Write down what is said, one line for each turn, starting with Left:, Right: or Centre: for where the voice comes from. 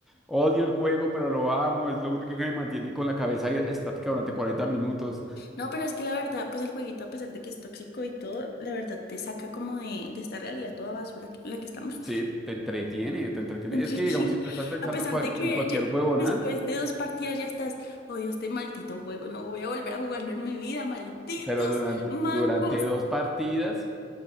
Centre: Odio el juego, pero lo amo, es lo único que me mantiene con la cabeza estática durante 40 minutos.
Left: No, pero es que la verdad, pues el jueguito, a pesar de que es tóxico y todo, la verdad te saca como de, de esta realidad toda basura que- en la que estamos.
Centre: Sí, te entretiene, te
Left: <laughs>
Centre: entretiene.
Left: Te entretiene.
Centre: Es que digamos, si tú estás pensando
Left: A pesar
Centre: en, cual-
Left: de que
Centre: en cualquier
Left: ye-
Centre: huevona,
Left: después de dos partidas ya estás, odio este maldito juego, no voy a volver a jugarlo en mi vida, malditos
Centre: Pero durante,
Left: mancos.
Centre: durante dos partidas